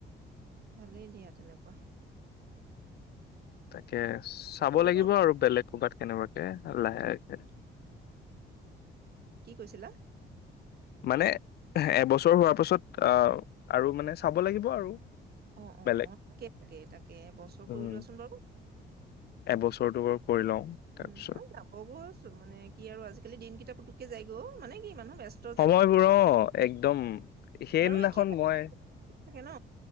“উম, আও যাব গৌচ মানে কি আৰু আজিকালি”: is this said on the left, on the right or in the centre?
Right